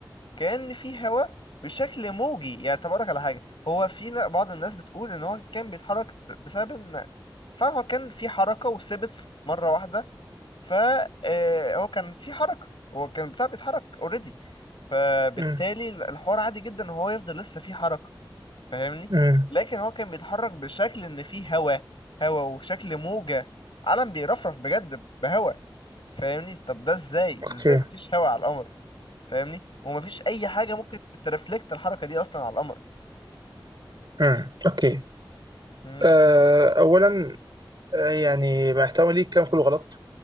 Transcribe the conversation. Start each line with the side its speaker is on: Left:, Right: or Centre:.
Left: كأن في هواء بشكل موجي يعني تبارك على حاجة هو في ن- بعض الناس بتقول ان هو كان بيتحرك ب- بسبب ان فعلا هو كان في حركة وثبت مرة واحدة فهو كان في حركة هو كان بتاع بيتحرك اوريدي فبالتالي
Right: أمم،
Left: ال- الحوار عادي جدا ان هو يفضل لسه في حركة فاهمني
Right: أمم،
Left: لكن هو كان بيتحرك بشكل ان في هواء هواء وشكل موجة علم بيرفرف بجد بهواء فاهمني طب ده ازاي
Right: أوكي
Left: ازاي مفيش هواء على القمر فاهمني ومفيش اي حاجه ممكن ترفلكت الحركه دي اصلا على القمر
Right: امم اوكي
Left: امم
Right: آه، اولا آه، يعني مع احترامي ليك الكلام كله غلط